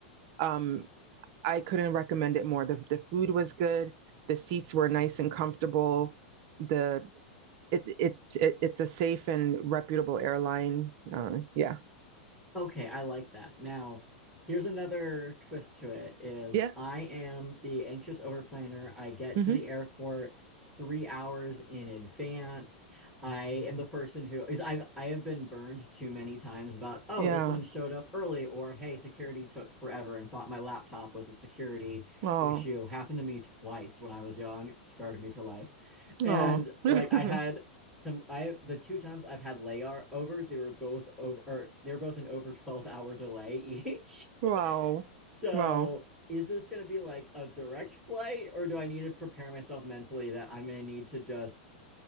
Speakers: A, on the right; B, in the centre.
A: um, I couldn't recommend it more. The the food was good. The seats were nice and comfortable. The it's it, it it's a safe and reputable airline. Uh, yeah,
B: Okay, I like that. Now, here's another twist to it is
A: yeah,
B: I am the anxious overplanner. I get
A: mm-hmm.
B: to the airport three hours in advance. I am the person who is I've I have been burned too many times about, oh,
A: yeah.
B: this one showed up early, or hey, security took forever and thought my laptop was a security
A: Oh,
B: issue. Happened to me twice when I was young, scarred me for life. And
A: oh, <laughs>
B: like I had some I the two times I've had layovers, they were both over or they were both an over 12 hour delay each.
A: wow,
B: <laughs> So
A: wow.
B: is this going to be like a direct flight or do I need to prepare myself mentally that I'm going to need to just